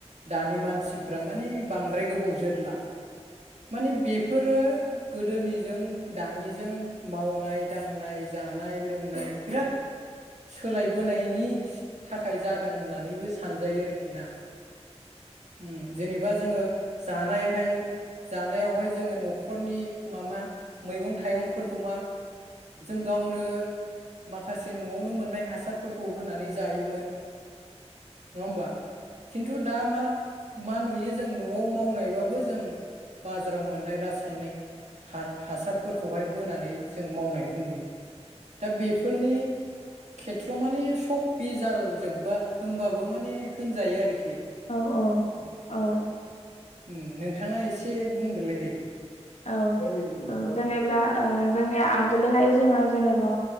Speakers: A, on the right; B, on the left.
A: दानि मानसिफोरा माने बांद्राय गोबाव जोरला माने बेफोरो गोदोनिजों दानिजों मावनाय दांनाय जानाय लोंनाय बिराद सोलायबोनायनि थाखाय जादों होननानैबो सानजायो आरोखि ना ह्म जेनेबा जोङो जानायहाय जानायावहाय जोङो न'खरनि मामा मैगं थायगंफोरखौ मा जों गावनो माखासे न'आवनो मोननाय हासारफोरखौ होनानै जायोमोन। नङा होमबा खिन्तु दा मा मा नुयो जों न'आव मावनायबाबो जों बाजाराव मोननाय रासायनेक हा हासारफोरखौहाय होनानै जों मावनायखौ नुयो दा बेफोरनि खेथ्र'आव माने सब बेजाल जोब्बा होमबाबो माने होनजायो आरो।
B: औ औ औ। औ
A: उम नोंथाङा एसे बुंदोलाय दे
B: औ जेनेब्ला ओ जोंनि आगोलोहाय जोङो जेनेबा